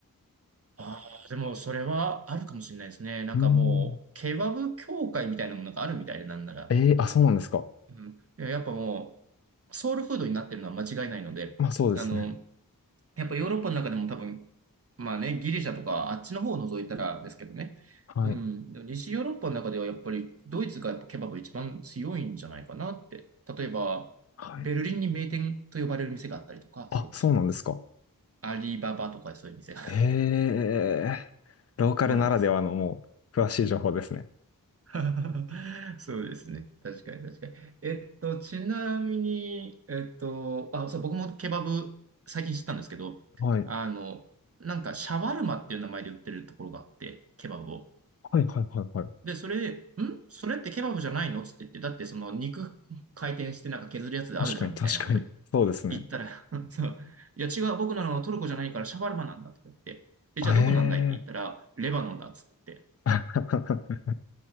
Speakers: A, on the right; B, on the left.
A: あー、でもそれはあるかもしれないですね。なんかもう、
B: うーん
A: ケバブ協会みたいなものがあるみたいでなんなら。
B: えー、あ、そうなんですか。
A: うん。いや、やっぱもう、ソウルフードになってるのは間違いないので、
B: まあそうですね
A: あの、やっぱヨーロッパの中でも多分、まあね、ギリシャとかあっちの方を除いたらですけどね。
B: はい。
A: うん。でも西ヨーロッパの中ではやっぱりドイツがやっぱケバブ一番強いんじゃないかなって。例えば、
B: はい。
A: ベルリンに名店と呼ばれる店があったりとか、
B: あ、
A: それこそ
B: そうなんですか。
A: アリババとかそういう店が <laughs>
B: へえ。ローカルならではのもう、
A: そうなんですよ。
B: 詳しい情報ですね。
A: <laughs> そうですね。確かに確かに。えっと、ちなみに、えっと、あ、そう、僕もケバブ最近知ったんですけど、
B: はい。
A: あの、なんかシャワルマっていう名前で売ってるところがあって、ケバブを。
B: はい、はい、はい、はい。
A: で、それで、んそれってケバブじゃないのつって言って、だってその肉回転してなんか削るやつであるじゃんみたいなこと
B: 確かに、確かに。そうですね。
A: 言ったら、<laughs> そう、いや違う、僕なのトルコじゃないからシャワルマなんだとか言って、え、
B: へえ。
A: じゃあどこなんだいって言ったら、レバノンだっつって言って、
B: <laughs>